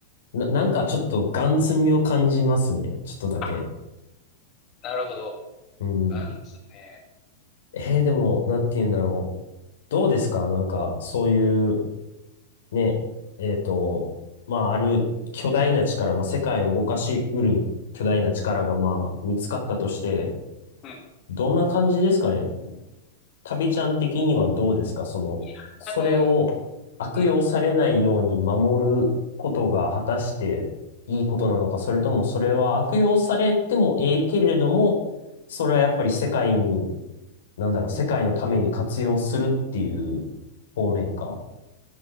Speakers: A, on the left (about 80°); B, on the left (about 35°).
A: な、なんかちょっとガン積みを感じますね。ちょっとだけ。
B: <laughs> なるほど。
A: うん。
B: なんつね。
A: えー、でも、なんて言うんだろう。どうですかなんか、そういう、ね、えっと、まあ、ある巨大な力、まあ、世界を動かしうる巨大な力が、まあ、見つかったとして、
B: うん。
A: どんな感じですかね旅ちゃん的にはどうですかその、
B: いや、
A: それを
B: あの、
A: 悪用されないように守ることが果たしていいことなのか、
B: うん。
A: それともそれは悪用されてもええけれども、それはやっぱり世界に、なんだろう、世界のために活用するっていう方面か。